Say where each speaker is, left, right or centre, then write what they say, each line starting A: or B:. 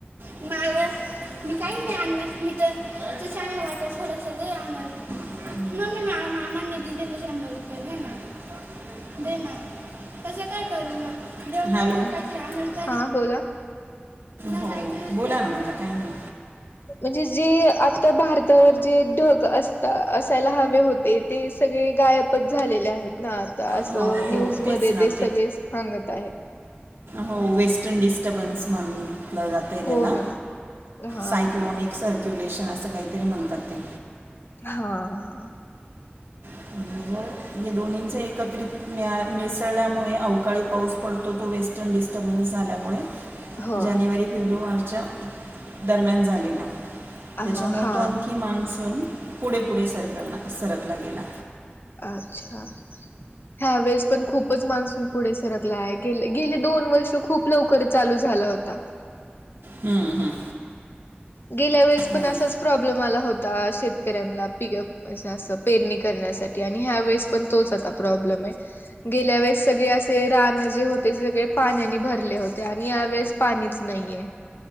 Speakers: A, on the left (about 65°); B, on the right (about 70°).
A: <unintelligible>
B: मी मला
A: <inaudible>
B: मी काही नाही आणल मी तर ते चांगलं वाटेल थोडस ते आणाल. <inaudible> म् मा मामान <inaudible> दि दि संभर रुपय <inaudible> आहे ना <unintelligible> नाही ना तसं काय करू म <inaudible> दे आन त
A: हा बोला.
B: हो बोला ना म्हजला काय नाही.
A: म्हणजे जे आता भारतावर जे ढग असता असायला हवे होते. ते सगळे गायबच झालेले आहेत ना, आता असं
B: हो
A: न्यूजमध्येध्ये
B: हो तेच ना
A: ते सगळे. सागत आहेत.
B: हो वेस्टर्न डिस्टर्बन्स म्हटलं जात आहे.
A: हो
B: त्याला
A: ना हा
B: सायक्लोनिक सर्क्युलेशन असं काहीतरी म्हणतात ते.
A: हा हा.
B: <inaudible> हे दोन्हींचे एकत्रित मिळसळल्यामुळे अवकाळी पाऊस पडतो तो. वेस्टर्न डिस्टर्बन्स झाल्यामुळे
A: हो
B: जानेवारी, फेब्रुवारच्या दरम्यान झालेला
A: हा
B: त्याच्यामुळं
A: हा
B: तो आणखी मानसून पुढे पुढे सरकला सरकला गेला.
A: अच्छा, ह्या वेळेस पण खूपच मान्सून पुढे सरकला आहे गेले गेले दोन वर्ष खूप लवकर चालू झाला होता.
B: हम्म हम्म.
A: गेल्या वेळेस पण
B: हो
A: असाच
B: ना.
A: प्रॉब्लेम आला होता, शेतकऱ्यांला पी म्हणजे असं पेरणी करण्यासाठी आणि ह्या वेळेस पण तोच आता प्रॉब्लेम आहे, गेल्या वेळेस सगळे असे रानं जे होते ज सगळे पाण्याने भरले होते आणि यावेेळेस पाणीच नाहीये.